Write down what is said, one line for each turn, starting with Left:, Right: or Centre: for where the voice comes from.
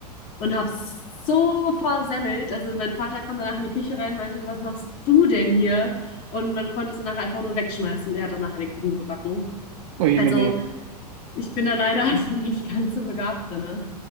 Left: und hab's so versemmelt. Also mein Vater kam danach in die Küche rein und meinte, was machst du denn hier? Und man konnte es danach einfach nur wegschmeißen. Und er hat danach den Kuchen gebacken.
Right: Oh je,
Left: Also
Right: meine.
Left: ich bin da leider <laughs> nicht ganz so begabt drin.